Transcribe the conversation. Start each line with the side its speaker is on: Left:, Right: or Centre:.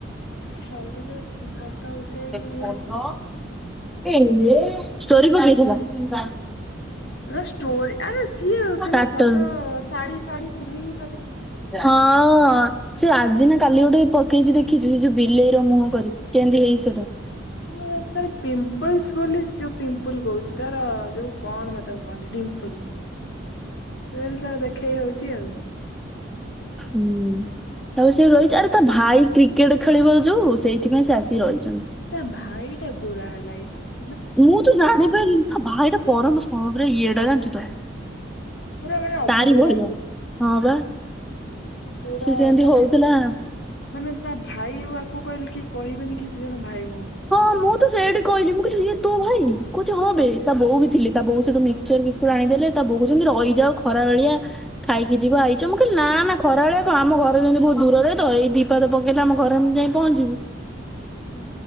Left: ଖାଲି ତ ଫୋଟ ଉଠେଇ କି
Centre: ଏ ହେ ଷ୍ଟୋରି ପକେଇଥିଲା
Left: ନା ଷ୍ଟୋରି ଆରେ ସେ ସିଏ ଖାଲି
Centre: ଷ୍ଟାଟସ
Left: ଫଟୋ ଶାଢ଼ୀ ଶାଢ଼ୀ ଚୁଡ଼ି
Centre: ହଁ ସେ ଆଜି ନା କାଲି ଗୋଟେ କିଛି ଦେଖିଛି ସେ ଯୋଉ ବିଲେଇ ର ମୁହଁ କରି କେମିତି ହେଇଚି। ଉଠା
Left: ମାନେ ତାର ପିମ୍ପଲସ ବୋଲି ଯୋଉ ପିମ୍ପଲ କହୁଛି ତାର ଯୋଉ କଣ ମେ ତାକୁ କହନ୍ତି ଡିମ୍ପଲ। ରହିଲ ତାକୁ ଦେଖେଇ ହଉଛି ଆଉ
Centre: ହୁଁ ତାଉ ସେ ରହିଛି ଆରେ ତା ଭାଇ କ୍ରିକେଟ ଖେଳିବ ଯୋଉ ସେଇଥିପାଇଁ ସେ ଆସିିକି ରହିଛି।
Left: ତା ଭାଇ ଟା ଗୋରା ହେଲା ଲାଇଫ୍
Centre: ମୁଁ ତ ଜାଣପିଲି ତ ଭାଇଟା ପରମ ସମ ଇଏଟା ଜାଣିଛୁ ତ
Left: ପୁରା ମାନେ ଅଭଦ୍ରଟା
Centre: ତାରି ଭଳିଆ ହଁ ବା
Left: ପୁରୁରା
Centre: ସେ ସେମିତି
Left: ମାନେ
Centre: ହଉଥିଲା।
Left: ମାନେ ତା ଭାଇ କୁ କହିଲେ କି କହିବେନି କି ଦି ଜଣ ଭାଇ ଭଉଣୀ
Centre: ହଁ ମୁଁ ତ ସେଇଠି କହିଲି ମୁଁ କହିଲି ଇଏ ତୋ ଭାଇ କହୁଛି ହଁ ବେ ତା ବୋଉ ବି ଥିଲେ ତା ବୋଉ ସେଠୁ ମିକ୍ସଚର ବିସ୍କୁଟ ଆଣିଦେଲେ ତା ବୋଉ କହୁଛନ୍ତି ଖରା ବେଳିଆ ଖାଇକି ଯିବା ଆଇଛ ମୁଁ କହିଲି ନା ଖରା ବେଳିଆ କଣ ଆମ ଘରେ ଯେମିତି ବହୁତ ଦୂରରେ ତ ଏଇ ଦିପାଦ ପକେଇଲେ ଆମ ଘରେ ଯାଇଁ କି ପହଞ୍ଚିବୁ।
Left: ହୁଁ।